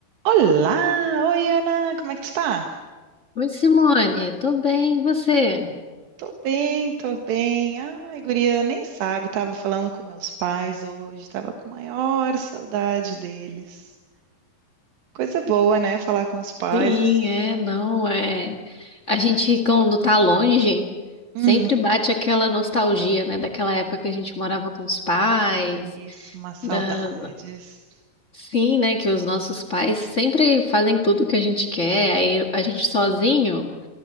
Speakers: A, on the right (about 85°); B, on the left (about 40°).
A: Olá! Oi, Ana! Como é que tu tá?
B: Oi, Simone, tudo bem, e você?
A: Tô bem, tô bem. Ai, guria, nem sabe, tava falando com meus pais hoje, tava com maior saudade deles. Coisa boa, né? Falar com os pais,
B: Sim,
A: assim.
B: é, não, é. A gente, quando tá longe, sempre
A: Uhum.
B: bate aquela nostalgia, né? Daquela época que a gente morava com os pais,
A: Isso, umas saudades.
B: da... sim, né? Que os nossos pais sempre fazem tudo que a gente quer, aí a gente sozinho